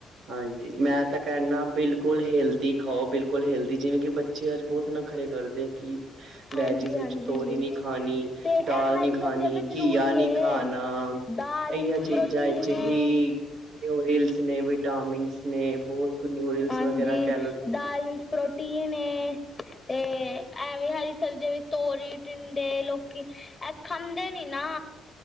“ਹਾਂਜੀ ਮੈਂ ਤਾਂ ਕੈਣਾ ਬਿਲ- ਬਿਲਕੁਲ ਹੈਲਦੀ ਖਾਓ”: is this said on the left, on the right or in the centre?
Right